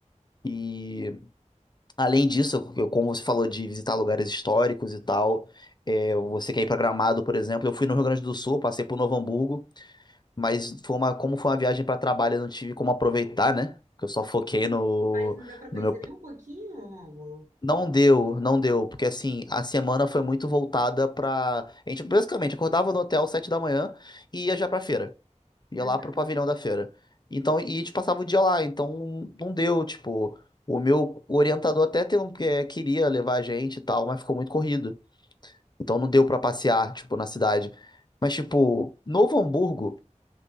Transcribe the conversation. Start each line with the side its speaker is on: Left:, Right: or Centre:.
Left: E além disso, eu, como você falou de visitar lugares históricos e tal, é, você quer ir para Gramado, por exemplo, eu fui no Rio Grande do Sul, passei por Novo Hamburgo. Mas foi uma, como foi uma viagem para trabalho, eu não tive como aproveitar, né? Porque eu só foquei no,
Right: mas não deu pra conhecer
Left: no meu.
Right: nem um pouquinho, Rômulo.
Left: Não deu, não deu, porque assim, a semana foi muito voltada pra. A gente basicamente acordava no hotel às 7 da manhã e ia já pra feira. Ia
Right: Uhum.
Left: lá pro pavilhão da feira. Então, e a gente passava o dia lá, então não deu, tipo. O meu orientador até tem um, que- queria levar a gente e tal, mas ficou muito corrido. Então não deu pra passear, tipo, na cidade. Mas, tipo, Novo Hamburgo.